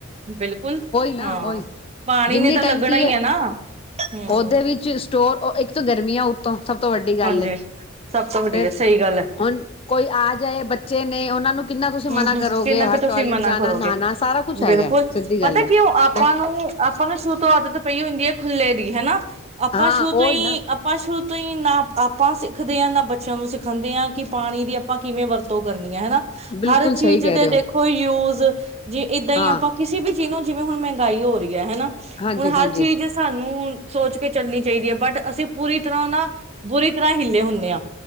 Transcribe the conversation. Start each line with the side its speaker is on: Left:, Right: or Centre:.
Right: ਬਿਲਕੁਲ
Left: ਨਾ
Right: ਹਾਂ
Left: ਉਹੀ
Right: ਪਾਣੀ
Left: ਜਿੰਨੀ
Right: ਨੇ ਤਾਂ ਲੱਗਣਾ
Left: ਟੈਂਕੀ
Right: ਹੀ ਹੈ ਨਾ ਹਮ
Left: ਉਹਦੇ ਵਿੱਚ ਸਟੋਰ ਇੱਕ ਤੋਂ ਗ ਗਰਮੀਆਂ ਉੱਤੋਂ ਸਭ ਤੋਂ ਵੱਡੀ ਗੱਲ
Right: ਹਾਂਜੀ ਸਭ ਤੋਂ ਵਧੀਆ
Left: ਫੇਰ
Right: ਸਹੀ ਗੱਲ ਹੈ
Left: ਹੁਣ ਕੋਈ ਆ ਜਾਏ ਬੱਚ ਬੱਚੇ ਨੇ ਉਹਨਾਂ ਨੂੰ ਕਿੰਨਾ ਤੁਸੀਂ ਮਨਾ
Right: ਹਮ ਹਮ
Left: ਕਰੋਗੇ
Right: ਕਿੰਨਾ
Left: ਹਰ
Right: ਕੁ ਤੁਸੀਂ
Left: ਟੋਇਲੇਟ
Right: ਮਨਾ
Left: ਜਾਣਾ
Right: ਕਰੋਗੇ
Left: ਨਹਾਣਾ ਸਾਰਾ ਕੁਛ ਹੈਗਾ
Right: ਬਿਲਕੁਲ
Left: ਸਿੱਧੀ ਗੱਲ
Right: ਪਤਾ
Left: ਹੈ
Right: ਕਿ ਉਹ ਆਪਾਂ ਨੂੰ ਆਪਾਂ ਨੂੰ ਸ਼ੁਰੂ ਤੋਂ ਆਦਤ ਪਈ ਹੁੰਦੀ ਹੈ ਖੁੱਲੇ ਦੀ ਹਨਾ ਆਪਾਂ
Left: ਹਾਂ
Right: ਸ਼ੂ ਤੋਂ
Left: ਉਹੀ
Right: ਹੀ
Left: ਨਾ
Right: ਆਪਾਂ ਸੁਰੂ ਤੋਂ ਹੀ ਨਾ ਆਪਾਂ ਸਿੱਖਦੇ ਹਾਂ ਨਾ ਬੱਚਿਆਂ ਨੂੰ ਸਿਖਾਉਦੇ ਕਿ ਪਾਣੀ ਦੀ ਆਪਾਂ ਕਿਵੇਂ ਵਰਤੋਂ ਕਰਨੀ ਆ ਹਨਾ
Left: ਬਿਲਕੁਲ
Right: ਹਰ
Left: ਸਹੀ
Right: ਚੀਜ਼
Left: ਕਹਿ
Right: ਦੇ
Left: ਰਹੇ
Right: ਦੇਖੋ
Left: ਹੋ
Right: ਯੂਜ ਜ ਜੇ ਇਦਾਂ
Left: ਹਾਂ
Right: ਹੀ ਆਪਾਂ ਕਿਸੇ ਵੀ ਚੀਜ਼ ਨੂੰ ਜਿਵੇਂ ਹੁਣ ਮਹਿੰਗਾਈ ਹੋ ਰਹੀ ਹੈ ਹਨਾ
Left: ਹਾਂਜੀ
Right: ਹੁਣ ਹਰ
Left: ਹਾਂਜੀ
Right: ਚੀਜ਼ ਸਾਨੂੰ ਹੁ ਸੋਚ ਕੇ ਚੱਲਣੀ ਚਾਹੀਦੀ ਹੈ ਬਟ ਅਸੀਂ ਪੂਰੀ ਤਰ੍ਹਾਂ ਨਾ ਬੁਰੀ ਤਰ੍ਹਾਂ ਹਿੱਲੇ ਹੁੰਨੇ ਹਾਂ